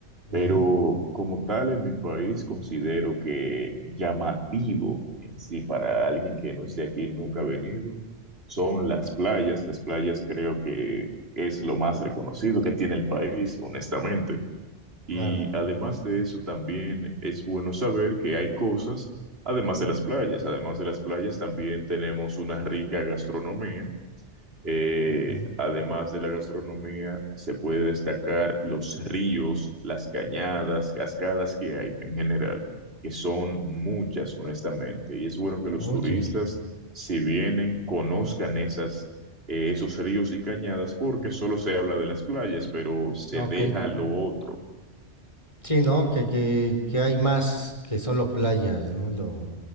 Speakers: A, on the left; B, on the right.
A: Ujú,
B: pero como tal en mi país considero que llamativo en sí para alguien que no es de aquí, nunca ha venido, son las playas. Las playas creo que es lo más reconocido que tiene el país, honestamente. Y
A: claro.
B: además de eso, también es bueno saber que hay cosas, además de las playas, además de las playas, también tenemos una rica gastronomía. Eh,
A: Ujú.
B: además de la gastronomía, se puede destacar los ríos, las cañadas, cascadas que hay en general, que son muchas, honestamente. Y es bueno que los
A: Oye,
B: turistas, si vienen, conozcan esas, eh, esos ríos y cañadas, porque solo se habla de las playas, pero se
A: ok.
B: deja lo otro
A: Sí, ¿no? Que, que, que hay más que solo playas, ¿no? Lo,